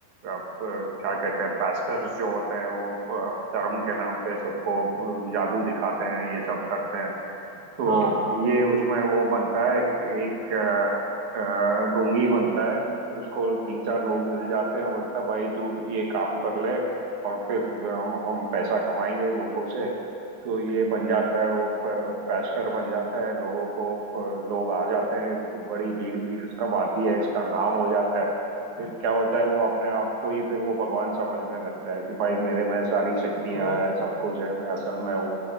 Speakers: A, on the right; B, on the left.
A: आप, अ, क्या कहते हैं पास्टर्स जो होते हैं वो अ, धर्म के नाम पे सबको अ, जादू दिखाते हैं ये सब करते हैं तो
B: हाँ हाँ
A: ये उसमें वो बनता है कि एक अ, ढोंगी बनता है उसको तीन चार लोग मिल जाते हैं बोलता है भाई तू ये काम कर ले और फिर हम हम पैसा कमाएंगे लोगों से तो ये बन जाता है वो पैशनर बन जाता है लोगों को प- लोग आ जाते हैं बड़ी भीड़ भीड़ सब आती है इसका नाम हो जाता है फिर क्या होता है वो अपने आप को ही फिर वो भगवान समझने लगता है कि भाई मेरे में सारी शक्तियां
B: ओ
A: हैं सब कुछ है मैं असल में हूँ